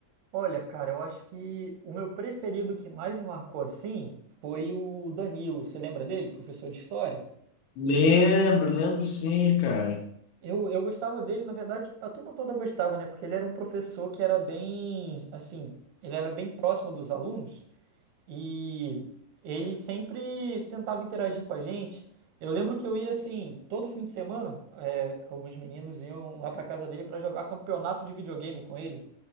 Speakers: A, on the right; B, on the left.
A: Olha, cara, eu acho que o meu preferido que mais me marcou assim foi o Danilo. Você lembra dele, professor de história?
B: Lembro, lembro sim, cara.
A: Eu, eu gostava dele, na verdade, a turma toda gostava, né? Porque ele era um professor que era bem, assim, ele era bem próximo dos alunos e ele sempre tentava interagir com a gente. Eu lembro que eu ia, assim, todo fim de semana, é, alguns meninos iam lá pra casa dele pra jogar campeonato de videogame com ele.